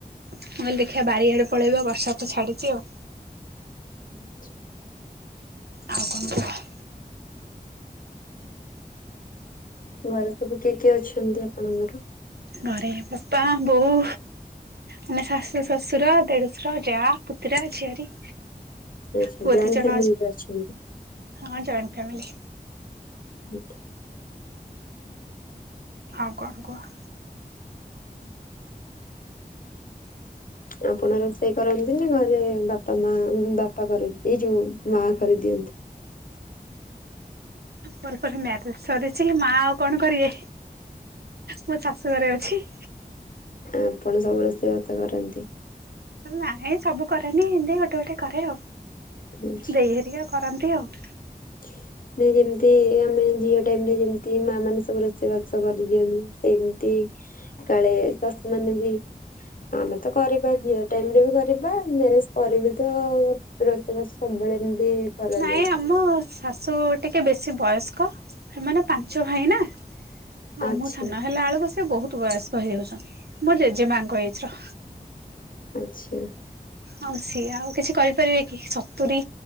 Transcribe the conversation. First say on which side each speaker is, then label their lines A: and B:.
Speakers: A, on the right; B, on the left.
A: ମୁଁ କହିଲି ଦେଖିଆ ବାରିଆଡେ ପଳେଇବା ବର୍ଷା ତ ଛାଡ଼ିଚି ଆଉ।
B: <unintelligible>
A: ଆଉ କଣ କୁହ?
B: ଘରେ ସବୁ କିଏ କିଏ ଅଛନ୍ତି ଆପଣଙ୍କର?
A: ଘରେ ବୋପା ବୋଉ। ମାନେ ଶାଶୁ, ଶ୍ୱଶୁର, ଦେଢୁଶୁର, ଯାଆ, ପୁତୁରା, ଝିଆରୀ।
B: ଆଚ୍ଛା।
A: ପୁଅ
B: ଜଏଣ୍ଟ
A: ଦି ଜଣ
B: ଫ୍ୟାମିଲିରେ ଅଛନ୍ତି?
A: ହଁ ଜଏଣ୍ଟ ଫ୍ୟାମିଲି।
B: <unintelligible>
A: ଆଉ କଣ କୁହ?
B: ଆପଣ ରୋଷେଇ କରନ୍ତିନି, ଘରେ ବାପା ମା ବାପା କରନ୍ତି, ଏଇ ଯୋଉ ମା କରିଦିଅନ୍ତି।
A: ମୋର ପରା ମ୍ୟାରେଜ ସରିଚି, ମା ଆଉ କଣ କରିବେ? ମୋ ଶାଶୁ ଘରେ ଅଛି।
B: ଆପଣ ସବୁ ରୋଷେଇବାତ କରନ୍ତି?
A: ନାଇଁ ସବୁ କରେନି ଏମିତି ଗୋଟେ ଗୋଟେ କରେ ଆଉ,
B: ହୁଁ।
A: ଦେଇଘରିକା କରନ୍ତି ଆଉ।
B: <unintelligible> ନ ଯେମିତି ଆମେ ଝିଅ ଟାଇମ ରେ ଯେମିତି ମା ମାନେ ସବୁ ରୋଷେଇ ବାସ କରିଦିଅନ୍ତି ସେମିତି କାଳେ ଶାସୁ ମାନେ ବି ଆମେ ତ କରିବା ଝିଅ ଟାଇମରେ ବି କରିବା ମ୍ୟାରେଜ କରିବି ତ ରୋଷେଇ ର ସମ୍ବଳେ ଏମିତି କରାଯାଏ
A: ନାଇଁ ଆମ ଶାଶୁ ଟିକେ ବେଶୀ ବୟସ୍କ ସେମାନେ ପାଞ୍ଚ ଭାଇ ନା ଆ
B: ଆଚ୍ଛା
A: ମୋ ସାନ ହେଲା ବେଳକୁ ସେ ବହୁତ ବୟସ୍କ ହେଇଯାଉଛନ୍ତି ମୋ ଜେଜେମାଙ୍କ ଏଜ୍ ର
B: ଆଚ୍ଛା
A: ଆଉ ସିଏ ଆଉ କିଛି କରିପାରିବେ କି ସତୁରିୀ